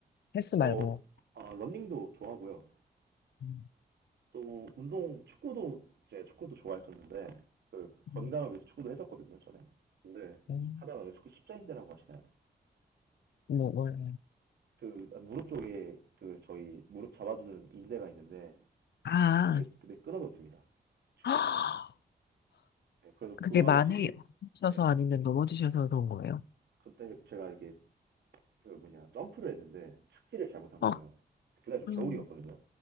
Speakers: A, on the left (about 80°); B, on the right (about 80°).
A: 헬스
B: 저
A: 말고,
B: 아, 러닝도 좋아하고요.
A: 음,
B: 또 운동 축구도 제 축구도 좋아했었는데 그 건강을
A: 음,
B: 위해서 축구도 했었거든요, 전에. 근데
A: 음.
B: 하다가 그 축구 십자인대라고 하시나요?
A: 뭐, 뭘,
B: 그 무릎 쪽에 그 저희 무릎 잡아주는 인대가 있는데
A: 아,
B: 그게 근데 끊어졌습니다. 축구를
A: <gasps>
B: 하다가. 네, 그래서
A: 그게
B: 그거하고
A: 많이
B: 수술,
A: 하셔서
B: 네.
A: 아니면 넘어지셔서 그런 거예요?
B: 그때 제가 이렇게 그 뭐냐 점프를 했는데 착지를 잘못한
A: 어,
B: 거예요. 그날 좀
A: 음,
B: 겨울이었거든요.